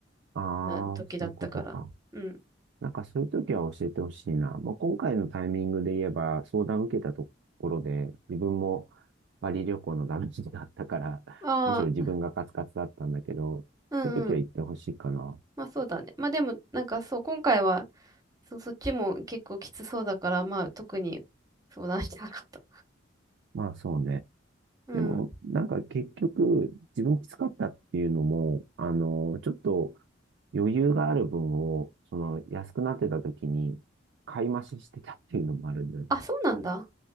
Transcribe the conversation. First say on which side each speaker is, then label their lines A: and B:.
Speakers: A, on the right; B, on the right.
A: ああ、
B: な時だったから。
A: そういうことか。
B: うん。
A: なんかそういう時は教えてほしいな。まあ、今回のタイミングで言えば、相談受けたところで、自分もパリ旅行のダメージがあったから、
B: あ
A: むしろ自分がカツカツだったんだけど、
B: あ、うん
A: そういう時は言ってほしいかな。
B: まあそうだね。まあでも、なんかそう、今回は、そ、そっちも結構きつそうだから、まあ特に相談してなかった。
A: まあそうね。
B: <laughs> うん。
A: でも、なんか結局、自分きつかったっていうのも、あの、ちょっと余裕がある分を、その安くなってた時に買い増ししてたっていうのもあるんだよね。
B: あ、そうなんだ。